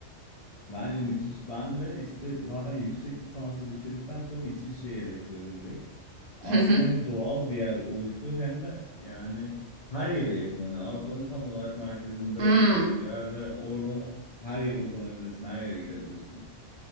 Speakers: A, on the left; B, on the right.
A: Bence müthiş. Ben de işte zaten yüksek lisansı bitirdikten sonra İsviçre'yi hedefliyorum direkt. Aslında
B: <laughs> Hı hı.
A: hem doğal bir yer oluşuyor hem de yani her yere yakın. Hani Avrupa'nın tam olarak merkezinde
B: Hmm.
A: olacak bir yer ve oradan her yere uzanabilirsin, her yere gidebilirsin.